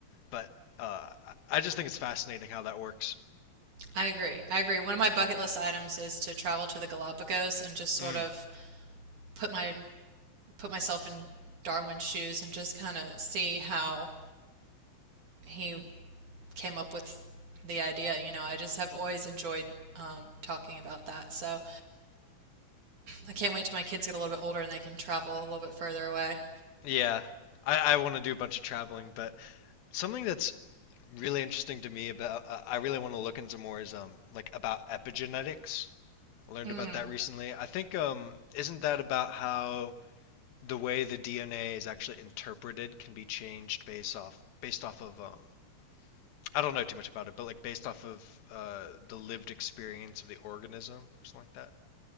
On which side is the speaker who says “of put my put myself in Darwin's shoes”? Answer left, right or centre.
Right